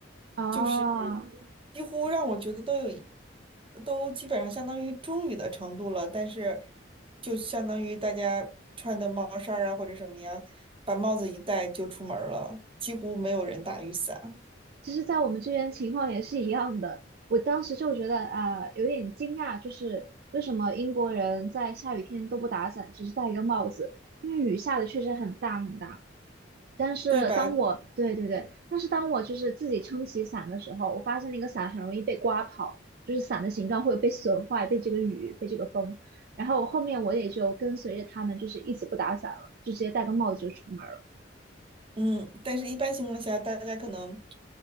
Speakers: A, on the right; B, on the right.
A: 哦，
B: 就是几乎让我觉得都有一都基本上相当于中雨的程度了。但是，就相当于大家穿的帽衫儿啊或者什么呀，把帽子一戴就出门儿了，几乎没有人打雨伞，
A: 其实，在我们这边情况也是一样的。我当时就觉得啊、有点惊讶，就是为什么英国人在下雨天都不打伞，只是戴一个帽子？因为雨下的确实很大很大。但是当我对对对，
B: 对吧？
A: 但是当我就是自己撑起伞的时候，我发现那个伞很容易被刮跑，就是伞的形状会被损坏，被这个雨，被这个风。然后后面我也就跟随着他们，就是一起不打伞了，就直接戴个帽子就出门。
B: 嗯，但是一般情况下，大家可能